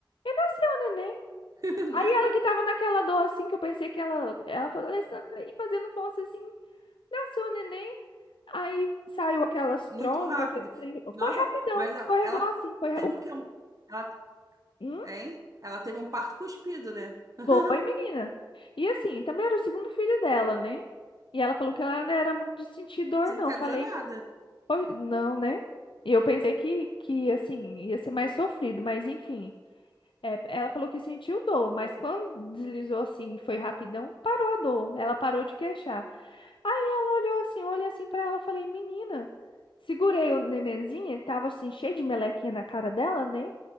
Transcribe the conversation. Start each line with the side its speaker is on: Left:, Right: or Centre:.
Left: e nasceu o neném.
Right: <laughs> né?
Left: Aí ela que tava naquela dor assim, que eu pensei que ela, ela falou, Alessandra, e fazendo força assim, nasceu o neném. Aí saiu aquelas
Right: Muito
Left: trompas,
Right: rápido.
Left: aquele trem.
Right: Nossa,
Left: Foi rapidão,
Right: mas ela,
Left: escorregou
Right: ela
Left: assim. Foi, ra-
Right: teve
Left: o-
Right: o quê? Um- Ela,
Left: hum,
Right: hein? Ela teve um parto cuspido, né? <laughs>
Left: foi, menina. E assim, também era o segundo filho dela, né? E ela falou que ela não era muito de sentir dor,
Right: Isso não
Left: não.
Right: quer
Left: Falei,
Right: dizer nada.
Left: pois não, né? E eu pensei que, que, assim, ia ser mais sofrido, mas enfim. É, ela falou que sentiu dor, mas quando deslizou assim, foi rapidão, parou a dor. Ela parou de queixar. Aí ela olhou assim, olhei assim pra ela, falei, menina, segurei o nenenzinho, tava assim cheio de melequinha na cara dela, né?